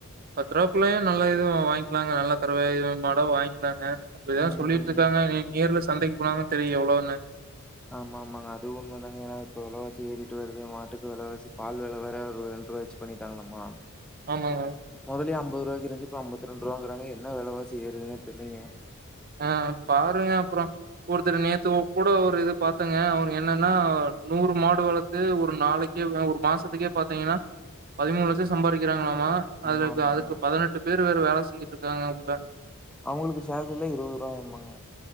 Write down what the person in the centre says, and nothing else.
ம்
ம்
ஆமா ஆமாங்க அதுவு உண்மதாங்க ஏனா இப்ப வெலவாசி ஏறிட்டு வருது மாட்டுக்கு வெலவாசி பால் வெல வேற ஒரு ரெண்ருபாய்ச்சு பண்ணிட்டாங்களாமா
மொதலியு அம்பதுருவாய்க்கு இருந்ச்சு இப்ப அம்பத்திரெண்ருபாங்குறாங்க என்ன வெலவாசி ஏறுதுனே தெர்லைங்க
ஆமா
ஆமாங்க
அவங்களுக்கு சேலரில்லா இருபது ரூபாய்மாங்க